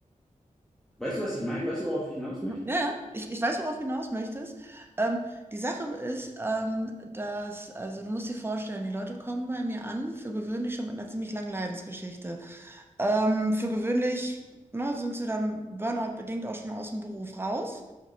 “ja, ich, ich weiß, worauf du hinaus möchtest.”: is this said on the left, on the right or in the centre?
Right